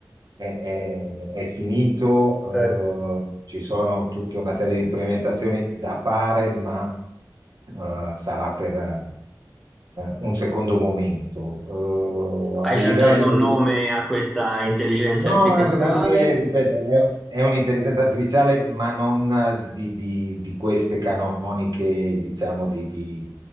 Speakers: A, on the right; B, in the centre.
A: è, è- è finito,
B: Certo,
A: eh, ci sono tutta una serie di implementazioni da fare, ma eh, sarà per eh, un secondo momento. Eh,
B: Hai
A: a
B: già
A: livello
B: dato un nome
A: di
B: a questa intelligenza
A: No,
B: artificiale?
A: anche perché, ripeto, è, è un'intelligenza artificiale, ma non eh, di, di- di queste canoniche, diciamo, di, di,